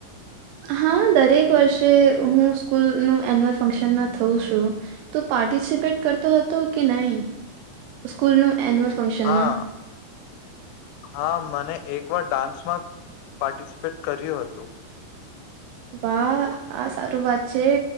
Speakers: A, on the right; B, on the left.
A: હા દરેક વર્ષે હું સ્કૂલનું એન્યુઅલ ફંક્શનમાં થઉું છું તો પાર્ટિસિપેટ કરતો હતો, કે નહી સ્કૂલનું. એન્યુઅલ ફંક્શનમાં
B: હા હા મને એક એકવાર ડાન્સમાં પાર્ટિસિપેટ કર્યું હતું.
A: વાહ આ સારું વાત છે,